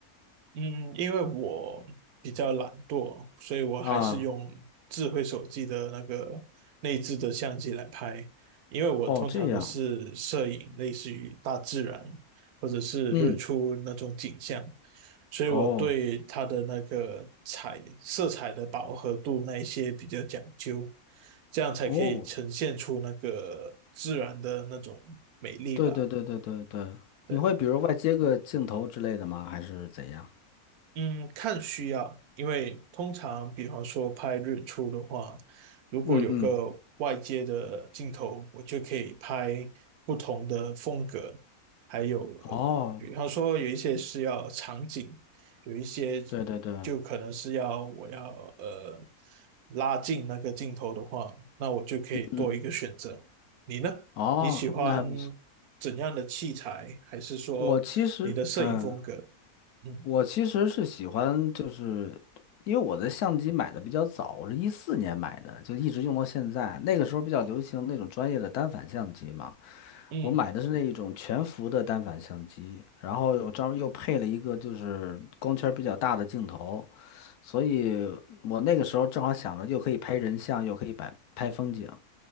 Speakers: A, on the right; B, on the left.
A: 嗯，因为我比较懒惰，所以我还是用智慧手机的那个内置的相机来拍。
B: 啊？
A: 因为我通常都是摄影，
B: 哦，这样，
A: 类似于大自然或者是日出那种景象，
B: 嗯，
A: 所以我对它的那个彩色彩的饱和度那一些比较讲究，
B: 哦
A: 这样才可以呈现出那个自然的那种美丽吧。
B: 哦。对对对对对对，
A: 对。
B: 你会比如外接个镜头之类的吗？还是怎样？
A: 嗯，看需要，因为通常比方说拍日出的话，如果有个外接的镜头，
B: 嗯嗯，
A: 我就可以拍不同的风格，还有，
B: 哦，
A: 嗯，比方说有一些是要场景，有一些
B: 对对对，
A: 就可能是要我要呃拉近那个镜头的话，那我就可以多一个选择。
B: 嗯，
A: 你呢？
B: 哦，
A: 你喜欢
B: 那还不错。
A: 怎样的器材，还是说你的摄影风格？
B: 我其实，嗯，
A: 嗯。
B: 我其实是喜欢，就是因为我的相机买的比较早，我是一四年买的，就一直用到现在。那个时候比较流行那种专业的单反相机嘛，
A: 嗯，
B: 我买的是那一种全幅的单反相机，然后有张又配了一个就是光圈比较大的镜头，所以我那个时候正好想着又可以拍人像，又可以摆拍风景，